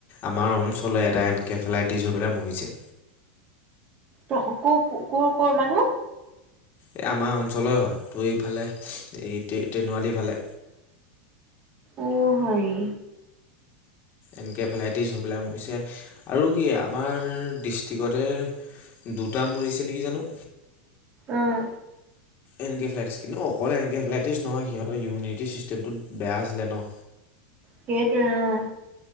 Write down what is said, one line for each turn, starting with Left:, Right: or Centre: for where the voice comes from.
Left: আমাৰ অঞ্চললে এটা এনকেফেলাইটিছ হৈ পেলাই মৰিছে।
Right: ক ক কৰ মানুহ।
Left: এই আমাৰ অঞ্চলেই হয়, ত ইফালে এই তেনুৱালীফালে।
Right: অ হয়।
Left: এনকেফেলাইটিছ হৈ পেলাই মৰিছে, আৰু কি আমাৰ ডিষ্ট্ৰিকতে দুটা মৰিছে নেকি জানো।
Right: আহ।
Left: এনকেফেলাইটিছ কিন্তু অকল এনকেফেলাইটিছ নহয়, সিহঁতৰ ইমিউনিটি চিষ্টেমটো বেয়া আছিলে ন'।
Right: সেইটোৱে অ',